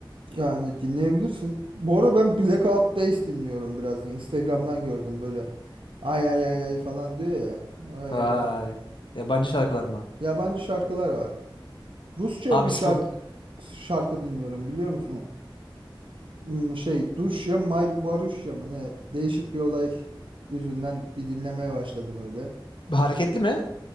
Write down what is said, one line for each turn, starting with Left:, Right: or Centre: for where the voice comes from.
Right: yani dinleyebilirsin. Bu ara ben Blackout Days dinliyorum biraz da. Instagram'dan gördüm böyle. Ay ay ay ay falan diyor ya. Ay
Left: Vay.
Right: falan.
Left: Yabancı şarkılar mı?
Right: Yabancı şarkılar var. Rusça
Left: Abi
Right: bir şarkı
Left: spot
Right: şarkı dinliyorum biliyor musun? Hmm, Şey Duşya May Baruşya mı ne? Değişik bir olay yüzünden bir dinlemeye başladım öyle.
Left: hareketli
Right: Bu da
Left: mi?